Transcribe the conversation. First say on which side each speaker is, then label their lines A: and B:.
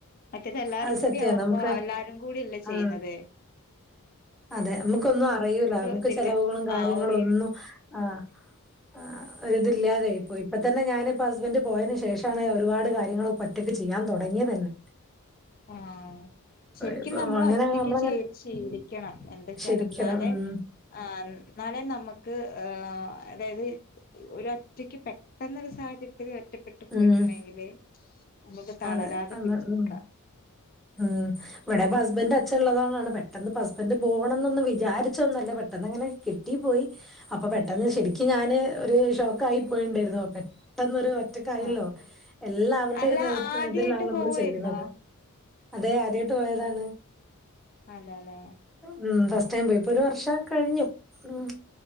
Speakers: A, on the left; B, in the centre.
A: മറ്റേത് എല്ലാര്
B: അത്
A: കൂടിയാവുമ്പൊ
B: സത്യമാണ്. നമുക്ക്
A: എല്ലാരും കൂടി അല്ലെ ചെയ്യ്ന്നത്
B: ആ അതെ നമ്മ്ക്കൊന്നും അറിയൂല ഞമ്മക്ക്
A: ഇതില്ല
B: ചെലവുകളും കാര്യങ്ങളും
A: ആ ഒറി
B: ഒന്നും ആഹ് ആഹ് ഒരിതില്ലാ അതെ ഇപ്പൊ ഇപ്പതന്നെ ഞാന്പ്പൊ ഹസ്ബന്റ് പോയതിന് ശേഷാണ് ഒരുപാട് കാര്യങ്ങള് ഒറ്റക്ക് ചെയ്യാൻ തൊടങ്ങിയതന്നെ
A: ആഹ് ശരിക്കും
B: ഇപ്പൊ
A: നമ്മള്
B: അങ്ങനെ
A: ഒറ്റയ്ക്ക്
B: നമ്മളങ്ങനെ
A: ചെയ്ത് ശീലിക്കണം എന്തച്ചാല്
B: ശരിക്കണം
A: എന്നാലെ
B: ഉം
A: ആഹ് നാളെ നമ്മക്ക് അതായത് ഒരൊറ്റക്ക് പെട്ടന്നൊരു സാഹചര്യത്തില് ഒറ്റപ്പെട്ടു പോയിട്ടുണ്ടെങ്കില്
B: ഉം
A: നമ്മക്ക് തളരാതെ
B: അതെ അന്ന്
A: പിടിച്ച് നിക്കാം
B: ഉം ഉം ഇവടെപ്പ ഹസ്ബന്റ അച്ഛൻ ഇള്ളതൊണ്ടാണ് പെട്ടന്ന് ഇ ഹസ്ബന്റ് പോണന്നൊന്നും വിചാരിച്ചൊന്നല്ല പെട്ടെന്ന് അങ്ങനെ കിട്ടി പോയി അപ്പൊ പെട്ടെന്ന് ശരിക്കും ഞാന് ഒര് ഷോക്കായി പോയ്ണ്ടായിര്ന്നു പെട്ടന്നൊരു ഒറ്റ കയ്യിലൊ
A: ആഹ്
B: എല്ലാവര്ടെ
A: അല്ല
B: ഒര്
A: ആദ്യായിട്ട്
B: ഇത് ലാണ് നമ്മള്
A: പോവായിരുന്നോ
B: ചെയ്യ്ന്നത് അതെ ആദ്യവായിട്ട് പോയതാണ്
A: അതെല്ലേ
B: ഉം ഫസ്റ്റ്ടൈം പോയി. ഇപ്പൊ ഒര് വർഷം കഴിഞ്ഞു ഉം